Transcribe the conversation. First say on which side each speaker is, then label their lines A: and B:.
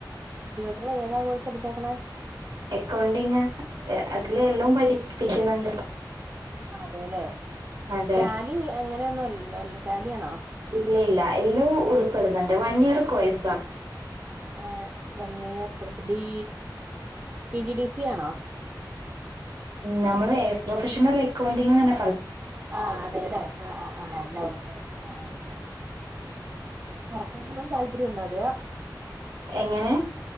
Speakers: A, on the right (about 30°); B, on the right (about 80°).
A: കംമ്പ്യൂട്ടർ ഏതാ കോഴസ് എടുത്തക്കണെ?
B: അക്കൗണ്ടിങ് അതില എല്ലാം പഠിപ്പിക്കുന്നുണ്ട്.
A: ആ അതെല്ലേ.
B: അതെ
A: ടാലി അങ്ങനെയൊന്നും അല്ലല്ലോ അല്ല ടാലിയാണോ
B: ഇല്ല ഇല്ല എല്ലവും ഉൾപ്പെടുന്നുണ്ട്. വൺ ഇയർ കോയസ
A: വൺ വൺ ഇയർ കോ D P G D C ആണോ?
B: നമ്മള് പ്രൊഫഷണൽ അക്കൗണ്ടിംഗന്നെ
A: ആഹ് അതെല്ലെ ആ ആ ആ എല്ലാം ഉൾപ്പെടുന്ന ആ ആ അതെ അതെ പുറത്തേക്കൊവാൻ താല്പര്യം ഉണ്ടോ അതെയാ
B: എങ്ങനെ